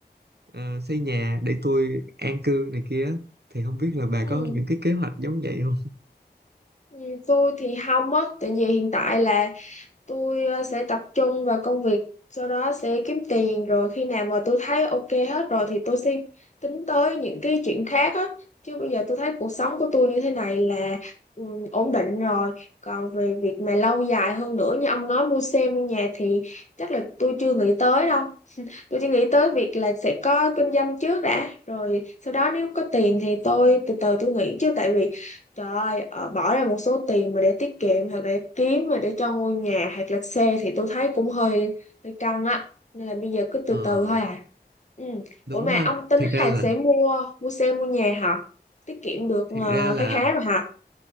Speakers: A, on the right (about 70°); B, on the left (about 45°).
A: ờ, xây nhà để tôi an cư này kia thì không biết là bà
B: ừ,
A: có những cái kế hoạch giống vậy không?
B: ừ, tôi thì không á tại vì hiện tại là tôi ờ, sẽ tập trung vào công việc sau đó sẽ kiếm tiền rồi khi nào mà tôi thấy ok hết rồi thì tôi sẽ tính tới những cái chuyện khác á chứ bây giờ tôi thấy cuộc sống của tôi như thế này là ừ, ổn định rồi còn về việc mà lâu dài hơn nữa như ông nói mua xe mua nhà thì chắc là tôi chưa nghĩ tới đâu tôi chỉ nghĩ tới việc là sẽ có kinh doanh trước đã rồi sau đó nếu có tiền thì tôi từ từ tôi nghĩ chứ tại vì trời ơi ờ, bỏ ra một số tiền mà để tiết kiệm hoặc để kiếm mà để cho ngôi nhà hoặc là xe thì tôi thấy cũng hơi hơi căng á nên là bây giờ cứ từ
A: Ờ
B: từ thôi à ừ.
A: đúng
B: Ủa mà
A: ha.
B: ông tính
A: Thiệt ra
B: là
A: là
B: sẽ mua mua xe mua nhà hả tiết kiệm được
A: thiệt
B: ờ,
A: ra là
B: khá khá rồi hả